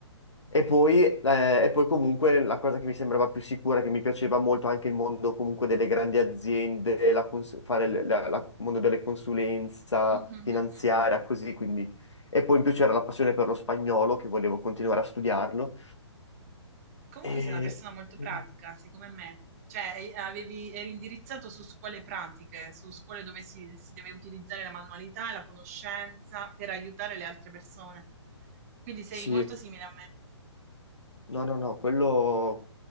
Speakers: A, on the left; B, on the right.
A: E poi, eh, e poi comunque la cosa che mi sembrava più sicura, che mi piaceva molto anche il mondo comunque delle grandi aziende, la cons- fare il mondo delle consulenza
B: Mhm, mhm,
A: finanziaria,
B: mhm.
A: così, quindi e poi in più c'era la passione per lo spagnolo, che volevo continuare a studiarlo.
B: Comunque
A: E
B: sei una persona molto
A: quindi-
B: pratica, sei come me, cioè hai- avevi- eri indirizzato su scuole pratiche, su scuole dove si, si deve utilizzare la manualità e la conoscenza per aiutare le altre persone. Quindi sei
A: sì,
B: molto simile a me.
A: no, no, no, quello,